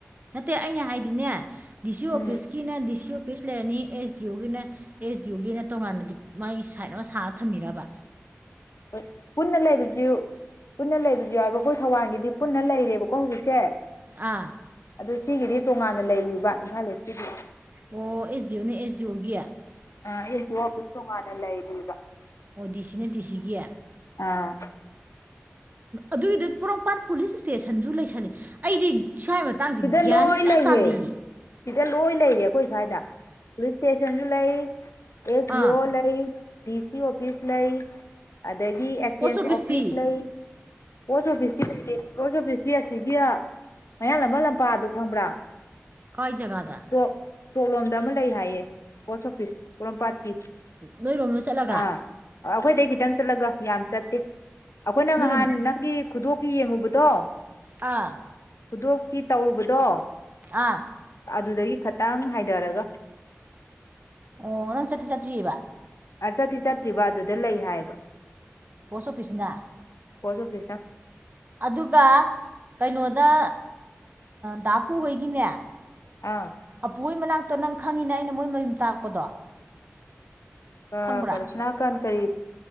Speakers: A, on the right (about 40°); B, on the left (about 85°).
A: ꯅꯠꯇꯦ ꯑꯩꯅ ꯍꯥꯏꯗꯤꯅꯦ ꯗꯤ ꯁꯤ ꯑꯣꯐꯤꯁꯀꯤꯅ
B: ꯎꯝ
A: ꯗꯤ ꯁꯤ ꯑꯣꯐꯤꯁ ꯂꯩꯔꯅꯤ ꯑꯦꯁ ꯗꯤ ꯑꯣꯒꯤꯅ ꯑꯦꯁ ꯗꯤ ꯑꯣꯒꯤꯅ ꯇꯣꯉꯥꯟꯅꯗꯤ ꯃꯥꯏ ꯁꯥꯏꯠ ꯑꯃ ꯁꯥꯔ ꯊꯝꯕꯤꯔꯕ
B: ꯍ ꯄꯨꯟꯅ ꯂꯩꯕꯁꯨ ꯄꯨꯟꯅ ꯂꯩꯕꯁꯨ ꯌꯥꯎꯑꯕ ꯑꯩꯈꯣꯏ ꯊꯧꯕꯥꯜꯒꯤꯗꯤ ꯄꯨꯟꯅ ꯂꯩꯔꯦꯕꯀꯣ ꯍꯧꯖꯤꯛꯁꯦ
A: ꯑꯥ
B: ꯑꯗꯨ ꯁꯤꯒꯤꯗꯤ ꯇꯣꯉꯥꯟꯅ ꯂꯩꯔꯤꯕꯕ ꯏꯝꯐꯥꯜ ꯏꯁꯀꯤꯗꯤ
A: ꯑꯣ ꯑꯦꯁ ꯗꯤ ꯑꯣꯅꯦ ꯑꯦꯁ ꯗꯤ ꯑꯣꯒꯤ
B: ꯑ ꯑꯦꯁꯨ ꯑꯣꯐꯤꯁꯁ ꯇꯣꯡꯉꯥꯟꯅꯂ ꯂꯩꯔꯤꯒ
A: ꯑꯣ ꯗꯤ ꯁꯤꯅ ꯗꯤ ꯁꯤꯒꯤ
B: ꯑꯥ
A: ꯑꯗꯨꯒꯤꯗ ꯄꯣꯔꯣꯝꯄꯥꯠ ꯄꯨꯂꯤꯁ ꯏꯁꯇꯦꯁꯟꯁꯨ ꯂꯩꯁꯜꯂꯤ ꯑꯩꯗꯤ ꯁ꯭ꯋꯥꯏ ꯃꯇꯥꯡꯁꯦ
B: ꯁꯤꯗ ꯂꯣꯏ
A: ꯒ꯭ꯌꯥꯟꯅꯤꯇꯥ
B: ꯂꯩꯌꯦ
A: ꯇꯥꯗꯦ
B: ꯁꯤꯗ ꯂꯣꯏ ꯂꯩꯔꯦ ꯑꯩꯈꯣꯏ ꯁ꯭ꯋꯥꯏꯗ ꯄꯨꯂꯤꯁ ꯏꯁꯇꯦꯁꯟꯁꯨ ꯂꯩ ꯑꯦꯁ
A: ꯑꯥ
B: ꯏ ꯑꯣ ꯂꯩꯥꯏ ꯗꯤ ꯁꯤ ꯑꯣꯐꯤꯁ ꯂꯩꯥꯏ ꯑꯗꯒꯤ ꯑꯦꯛꯆꯦꯟꯁ
A: ꯄꯣꯁ ꯑꯣꯐꯤꯁꯇꯤ
B: ꯑꯣꯐꯤꯁ ꯂꯩ ꯄꯣꯁ ꯑꯣꯐꯤꯁꯇꯤ ꯂꯩꯇꯦ ꯄꯣꯁ ꯑꯣꯐꯤꯁꯇꯤ ꯑꯁꯤꯒꯤ ꯃꯌꯥ ꯂꯝꯕ ꯂꯝꯄꯥꯛꯗ ꯈꯪꯕ꯭ꯔꯥ
A: ꯀꯏ ꯖꯒꯥꯗ
B: ꯀꯣ ꯀꯣꯛꯂꯣꯝꯗ ꯑꯃ ꯂꯩ ꯍꯥꯏꯌꯦ ꯄꯣꯁ ꯑꯣꯐꯤꯁ ꯄꯣꯔꯣꯝꯄꯥꯠꯀꯤ
A: ꯅꯣꯏ ꯔꯣ ꯆꯂ
B: ꯑꯥ ꯑꯩꯈꯣꯏꯗꯩ ꯈꯤꯇꯪ ꯆꯠꯂꯒ ꯌꯥꯝ ꯆꯠꯇꯦ ꯑꯩꯈꯣꯏꯅ
A: ꯅꯣꯏꯔꯣꯝ
B: ꯉꯍꯥꯟ ꯅꯪ ꯅꯪꯒꯤ ꯈꯨꯗꯣꯞꯀꯤ ꯌꯦꯡꯉꯨꯕꯗꯣ
A: ꯑꯥ
B: ꯈꯨꯗꯣꯀꯤ ꯇꯧꯔꯨꯕꯗꯣ
A: ꯑꯥ
B: ꯑꯗꯨꯗꯒꯤ ꯈꯈꯤꯇꯪ ꯍꯥꯏꯊꯔꯒ
A: ꯑꯣ ꯅꯪ ꯆꯠꯇ꯭ꯔꯤ ꯆꯇꯔꯤ
B: ꯑ ꯆꯠꯇꯤ ꯆꯠꯇ꯭ꯔꯤꯕ ꯑꯗꯨꯗ ꯂꯩ ꯍꯥꯏꯕ
A: ꯄꯣꯁ ꯑꯣꯐꯤꯁꯁꯤꯗ
B: ꯄꯣꯁ ꯑꯣꯐꯤꯁ ꯅ
A: ꯑꯗꯨꯒ ꯀꯩꯅꯣꯗ ꯗꯥ ꯄꯨꯨꯍꯣꯏꯒꯤꯅꯦ
B: ꯑꯥ
A: ꯑꯄꯨꯣꯏ ꯃꯅꯥꯛꯇꯣ ꯅꯪ ꯈꯪꯉꯤꯅꯦ ꯑꯩꯅ ꯃꯣꯏ ꯃꯌꯨꯝ ꯇꯥꯛꯄꯗꯣ
B: ꯀ
A: ꯈꯪꯕ꯭ꯔꯥ
B: ꯀꯔꯁꯅꯥ ꯀꯥꯟ ꯀꯔꯤ